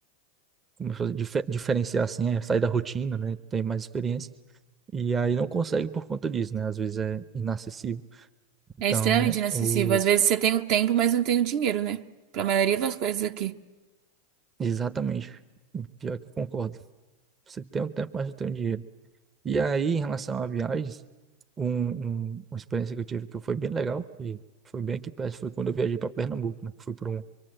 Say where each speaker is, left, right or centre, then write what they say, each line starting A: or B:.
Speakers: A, on the right; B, on the right.
A: como se dife- diferenciar assim, é sair da rotina, né? Ter mais experiência. E aí não consegue por conta disso, né? Às vezes é inacessível. Então,
B: É extremamente inacessível.
A: o...
B: Às vezes você tem o tempo, mas não tem o dinheiro, né? Pra maioria das coisas aqui.
A: exatamente. Pior que eu concordo. Você tem um tempo, mas não tem um dinheiro. E aí, em relação a viagens, um, um- uma experiência que eu tive que foi bem legal, e foi bem aqui perto, foi quando eu viajei para Pernambuco, né? que Fui para um